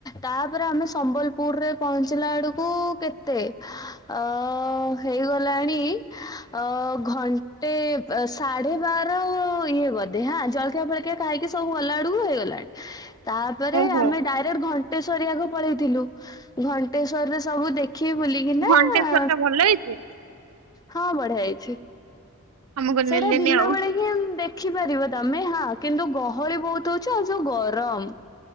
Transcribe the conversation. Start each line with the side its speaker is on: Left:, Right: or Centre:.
Left: ତା'ପରେ ଆମେ ସମ୍ବଲ ପୁର୍ ରେ ପହଞ୍ଚିଲା ଅଳକୁ କେତେ? ଅ ଅ-ଅ ହେଇଗଲାଣି ଅ ଘଣ୍ଟେ, ସାଢେ ବାର ଇଏ ବୋଧେ ହାଁ ଜଳଖିଆ ଫଳଖିଆ ଖାଇକି, ସବୁ ଗଲା ଆଡକୁ ହେଇଗଲାଣି। ତା'ପରେ
Right: ହଁ
Left: ଆମେ ଡ଼ାଏଟ୍ ଘଣ୍ଟେଶ୍ଵରୀ ଆଗ ପଳେଇଥିଲୁ। ଘଣ୍ଟେଶ୍ଵରୀରେ ସବୁ ଦେଖିକି ବୁଲିକିନା-ଆ
Right: ଘଣ୍ଟେଶ୍ଵର ଟା ଭଲ ହେଇଛି।
Left: ହଁ ବଢିଆ ହେଇଛି
Right: ଆମକୁ
Left: ସେଟା
Right: ନେଲେନି
Left: ଦିନ
Right: ଆଉ
Left: ବେଳେ ହିଁ ଦେଖ ଦେଖିପାରିବ ତମେ ହଁ କିନ୍ତୁ ଗହଳି ବହୁତ ହଉଛି ଆଉ ଯଉ ଗରମ।